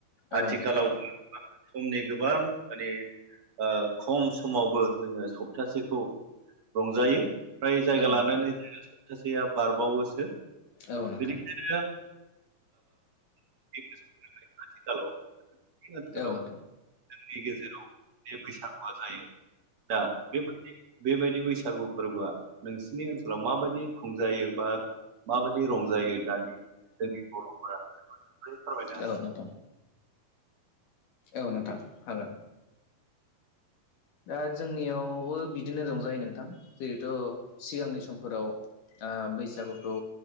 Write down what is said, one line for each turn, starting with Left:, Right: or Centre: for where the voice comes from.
Left: औ
Right: आथिखालाव
Left: नोंथां
Right: समनि गोबां माने ओ खम समावबो जोङो सप्तासेखौ ओमफ्राय जायगा
Left: औ
Right: लानानै
Left: नोंथां
Right: सासेया बारबावोसो
Left: औ नोंथां
Right: <unintelligible> <unintelligible> <unintelligible> हेलौ <unintelligible> जोंनि
Left: औ नोंथां औ नोंथां
Right: गेजेराव बे बैसागुआ जायो दा बेबायदि बेबायदि बैसागु फोरबोआ नोंसिनि ओनसोलाव माबायदि खुंजायो बा माबायदि रंजायो दानि जोंनि बर'फोरा एसे फोरमायना
Left: औ नोंथां। औ नोंथां हागोन। दा जोंनियावबो बिदिनो रंजायो नोंथां जेरैथ' सिगांनि समफोराव ओ बैसागुखौ